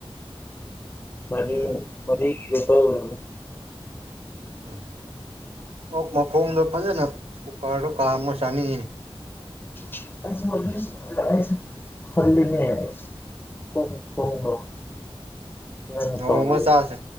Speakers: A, on the left (about 20°); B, on the right (about 80°).
A: ꯃꯥ
B: ꯎꯝ
A: ꯃ ꯌꯄꯥ ꯑꯣꯏ
B: ꯎꯝ ꯑꯣ ꯃꯈꯣꯡꯗꯣ ꯐꯖꯅ ꯀꯨꯀꯥꯔꯗꯣ ꯀꯥ ꯑꯃ ꯆꯥꯅꯤꯡꯉꯤꯅꯤ
A: ꯍꯜ ꯍ ꯍ
B: ꯅꯣꯡꯃ ꯆꯥꯁꯦ